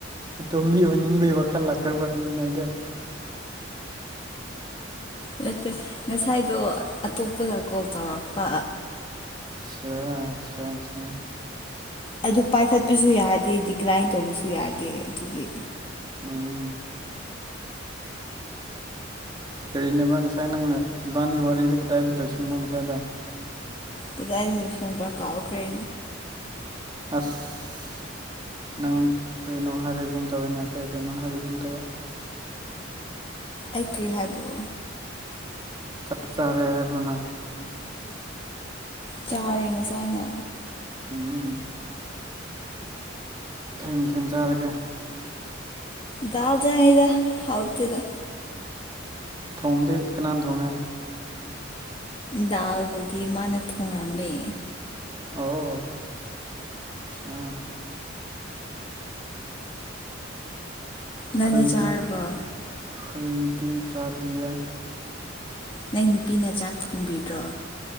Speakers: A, on the right; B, on the left.
A: ꯑꯇꯣꯝꯕꯤ ꯑꯣꯏꯅꯤꯡꯕꯩ ꯋꯥꯈꯜ ꯂꯥꯛꯈ꯭ꯔꯕ꯭ꯔꯥ ꯍꯪꯂꯤꯉꯩꯗ <inaudible>
B: ꯅꯠꯇꯦ ꯉꯁꯥꯏꯗꯣ ꯑꯇꯣꯞꯄꯗ ꯀꯣꯜ ꯇꯧꯔꯛꯄ
A: ꯆꯥ ꯑꯆꯥ ꯑꯆꯥ
B: ꯑꯗꯨ ꯄꯥꯏꯈꯠꯄꯁꯨ ꯌꯥꯗꯦ ꯗꯤꯀꯔꯥꯏꯟ ꯇꯧꯕꯁꯨ ꯌꯥꯗꯦ ꯑꯗꯨꯒꯤ
A: ꯑꯥ ꯀꯔꯤꯅꯦꯕ ꯉꯁꯥꯏ ꯅꯪꯅ ꯏꯕꯥꯅꯤ ꯋꯥꯔꯤꯗꯨ ꯀꯗꯥꯏꯗ ꯂꯣꯏꯁꯟꯕ ꯉꯁꯥꯏꯗꯣ
B: ꯀꯗꯥꯏꯗ ꯂꯣꯏ ꯁꯟꯕ꯭ꯔ ꯀꯥꯎꯈ꯭ꯔꯦ
A: ꯑꯁ ꯅꯪ ꯀꯔꯤꯅꯣ ꯍꯥꯏꯔꯤꯕꯨꯝ ꯇꯧꯋꯦ ꯅ ꯀꯩ ꯀꯩꯅꯣ ꯍꯥꯏꯔꯤꯕꯒꯨꯝ ꯇꯧꯋꯦ
B: ꯑꯩ ꯀꯔꯤ ꯍꯥꯏꯕ꯭ꯔꯣ
A: ꯆꯥꯛ ꯆꯥꯔꯦ ꯍꯥꯏꯕ꯭ꯔꯣ ꯅꯪ
B: ꯆꯥꯔꯦ ꯉꯁꯥꯏꯅ
A: ꯎꯝ ꯃꯊꯦꯟ ꯃꯊꯦꯟ ꯆꯥꯔꯒꯦ
B: ꯗꯥꯜ ꯆꯥꯑꯦꯗ ꯍꯥꯎ ꯇꯦꯗ
A: ꯊꯣꯡꯕꯗꯤ ꯀꯅꯥꯅ ꯊꯣꯡꯉꯦ
B: ꯗꯥꯜꯕꯨꯗꯤ ꯃꯥꯅ ꯊꯣꯡꯂꯝꯃꯦ
A: ꯑꯣ ꯑꯆꯥ ꯑꯩꯈꯣꯏꯗꯤ
B: ꯅꯪꯗꯤ ꯆꯥꯔꯕ꯭ꯔꯣ
A: ꯑꯩꯈꯣꯏꯗꯤ ꯆꯥꯗ꯭ꯔꯤꯌꯦ
B: ꯅꯪ ꯅꯨꯄꯤꯅ ꯆꯥꯛ ꯊꯣꯡꯕꯤꯗ꯭ꯔꯣ